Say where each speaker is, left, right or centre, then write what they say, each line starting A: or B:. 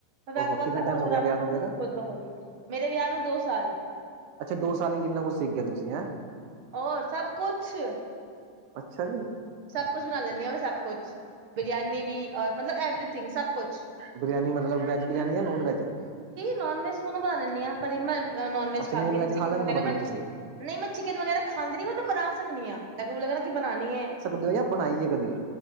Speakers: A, on the right (about 50°); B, on the right (about 85°).
A: ਫੇਰ ਵਿਆਹ
B: ਓਹੋ
A: ਤੋਂ ਬਾਅਦ
B: ਕਿੰਨਾ
A: ਸਭ
B: ਟਾਈਮ
A: ਕੁਝ
B: ਹੋ
A: ਕਰਾਉਣਾ
B: ਗਿਆ ਵਿਆਹ ਨੂੰ ਫੇਰ
A: ਖੁਦ ਬਖੁਦ ਹੀ ਮੇਰੇ ਵਿਆਹ ਨੂੰ ਦੋ ਸਾਲ
B: ਅੱਛਾ ਦੋ ਸਾਲ ਜਿੰਨਾ ਕੁਛ ਸਿੱਖ ਤੁਸੀਂ
A: ਔਰ ਸਭ ਕੁਛ
B: ਅੱਛਾ ਜੀ
A: ਸਭ ਕੁਛ ਬਣਾ ਲੈਂਦੀ ਹਾਂ ਮੈਂ ਸਭ ਕੁਛ ਬਰਿਆਨੀ ਵੀ ਔਰ ਮਤਲਬ ਐਵਰੀਥਿੰਗ ਸਭ ਕੁਛ
B: ਬਰਿਆਾਨੀ ਮਤਲਬ ਵੈਜ ਬਰਿਆਨੀ ਜਾਂ ਨੋਨ ਵੈਜ
A: ਨੋਨਵੈਜ ਦੋਨੂੰ ਬਣਾ ਲਦੀ ਆ ਪਰ ਮੈਂ ਨੋਨ ਵੈਜ
B: ਅੱਛਾ
A: ਖਾਂਦੀ ਚਿਕਨ
B: ਖਾ ਲੈਂਦੇ
A: ਵਗੈਰਾ
B: ਹੋ ਮਤਲਬ
A: ਮੈਂ ਨਹੀਂ
B: ਤੁਸੀਂ
A: ਮੈਂ ਚਿਕਨ ਵਗੈਰਾ ਖਾਂਦੀ ਰ ਮੈਨੂੰ ਬਣਾ ਸਕਦੀ ਹਾਂ ਲਗਭਰਾ ਲੱਗ ਨਾ ਕਿ ਬਣਾਉਣੀ ਹੈ
B: ਦੇਓ ਜਾਂ ਬਣਾਈਏ ਕਦੇ